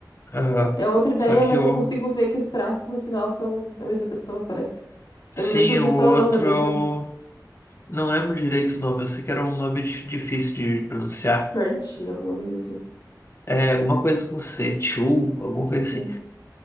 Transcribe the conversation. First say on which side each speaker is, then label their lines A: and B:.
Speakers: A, on the left (about 35°); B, on the left (about 80°).
A: Aham.
B: É outra ideia,
A: Só que
B: mas
A: o.
B: eu consigo ver que os traços no final são da mesma pessoa, parece.
A: Sim,
B: Da mesma pessoa,
A: o outro.
B: não, da mesma
A: eu Não lembro direito o nome. Eu sei que era um nome dif- difícil de pronunciar.
B: Crunch, alguma coisa assim.
A: É alguma coisa com C, Chu, alguma coisa
B: né?
A: assim.